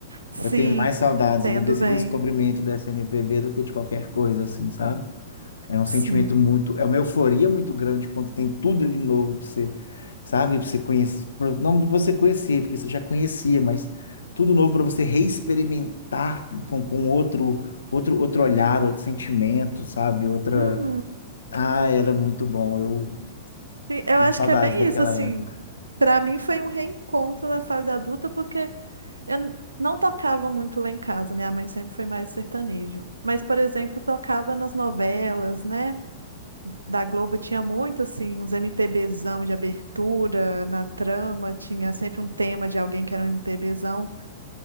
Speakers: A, on the right; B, on the left.
A: Sim,
B: eu tenho mais saudades
A: entendo
B: ali desse
A: bem.
B: descobrimento dessa MPB do que de qualquer coisa, assim, sabe? É um
A: Sim.
B: sentimento muito, é uma euforia muito grande quando tem tudo de novo pra você, sabe? Pra você conhecer, pra- não pra você conhecer, porque você já conhecia, mas tudo novo para você reexperimentar com, com outro, outro, outro olhar, outro sentimento, sabe? Outra.
A: Uhum.
B: Ah, era muito bom, eu
A: Sim, Eu
B: tenho
A: acho
B: saudades
A: que é bem
B: daquela
A: isso, assim.
B: época.
A: Pra mim foi um reencontro na fase adulta, porque Eu n- não tocava muito lá em casa, minha mãe sempre foi mais sertanejo. Mas, por exemplo, tocava nas novelas, né? Da Globo tinha muito, assim, uns MPBzão de abertura, na trama, tinha sempre um tema de alguém que era um MPBzão.